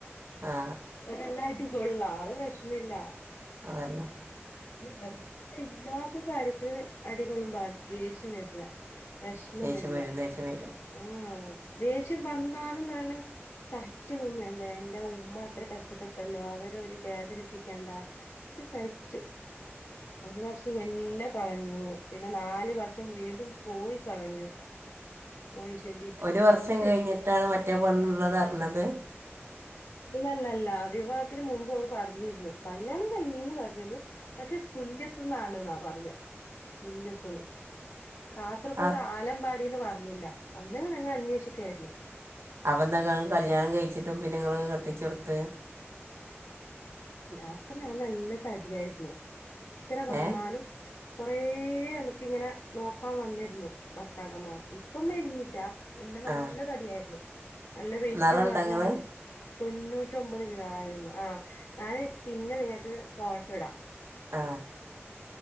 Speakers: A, on the right (about 65°); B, on the left (about 80°).
A: ആ
B: ഒല്ലടി <unintelligible> കൊള്ളാം അത് പ്രശ്നയില്ല
A: അതല്ലേ
B: വെറുതെ ഇല്ലാത്ത കാര്യത്തിന് അടികൊള്ളുമ്പാ ദേഷ്യം വരില്ല വെഷമം
A: ദേഷ്യം
B: വരില്ല
A: വരും ദേഷ്യം വരും
B: ആ ദേഷ്യം വന്നാലും അ <unintelligible> സഹി - ച്ചന്നും വേണ്ടാ എന്റെ ഉമ്മ എത്ര കഷ്ടപ്പെട്ടല്ലോ അവര് ഒരു വേദനിപ്പിക്കേണ്ട ഇത് സഹിച്ചു ഒരു വർഷം എന്നെ കളഞ്ഞു പിന്നെ നാല് വർഷം വീണ്ടും പോയി കളഞ്ഞു പോയി ചൊല്ലിയിട്ടും
A: ഒരു വർഷം
B: അത്
A: കഴിഞ്ഞിട്ടാണ് മറ്റേ പെണ്ണ് ഉള്ളത് അറിഞ്ഞത്
B: അല്ലല്ല അല്ല വിവാഹത്തിന് മുമ്പ് അവർ പറഞ്ഞിരുന്നു കല്യാണം കഴിഞ്ഞിന്ന് പറഞ്ഞിരുന്നു പക്ഷെ സുല്യത്തന്നാണ് നാ പറഞ്ഞ സുല്യത്തന്ന് കാസർഗോഡ്
A: ആ
B: ആലമ്പാടിന്ന് പറഞ്ഞ- പറഞ്ഞില്ല അന്ന് ഞങ്ങൾ അന്വേഷിക്കായിരുന്നു
A: അപ്പൊ എന്താക്ക കല്യാണം കഴിച്ചിട്ടും പിന്നെ നിങ്ങള് കെട്ടിച്ചെടുത്ത്
B: അപ്പൊ ഞാൻ നല്ല തടിയായിരുന്നു ഇത്ര വന്നാലും
A: ഏ
B: കൊറേ എനക്ക് ഇങ്ങനെ നോക്കാൻ വന്നിരുന്നു ഭർത്താക്കന്മാർ ഇപ്പം മെഞ്ഞിറ്റാ മുന്നേ നല്ല
A: ആ
B: തടിയായിരുന്നു നല്ല വെയിറ്റ്ന്നറിഞ്ഞാൽ
A: നിറം ഉണ്ടോ നിങ്ങൾ
B: തൊണ്ണൂറ്റൊമ്പത് കിലായിയിരുന്നു ആ ഞാന് പിന്നെ നിങ്ങക്ക് ഫോട്ടോ ഇടാം
A: ആ